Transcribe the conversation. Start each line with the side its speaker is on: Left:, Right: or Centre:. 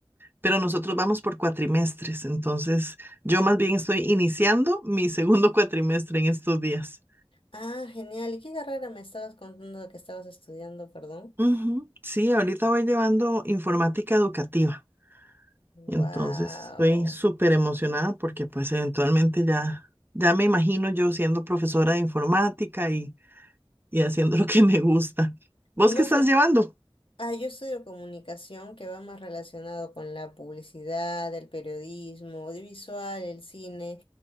Right: pero nosotros vamos por cuatrimestres, entonces yo más bien estoy iniciando mi segundo <laughs> cuatrimestre en estos días.
Left: ah, genial. ¿Y qué carrera me estabas contando que estabas estudiando, perdón?
Right: Ujú, Sí, ahorita voy llevando informática educativa.
Left: Wow.
Right: Entonces estoy súper emocionada porque pues eventualmente ya, ya me imagino yo siendo profesora de informática y, y haciendo <laughs> lo que me gusta. ¿Vos
Left: ¿Y más
Right: qué estás
Left: o-
Right: llevando?
Left: Ah, yo estudio comunicación que va más relacionado con la publicidad, el periodismo, audiovisual, el cine,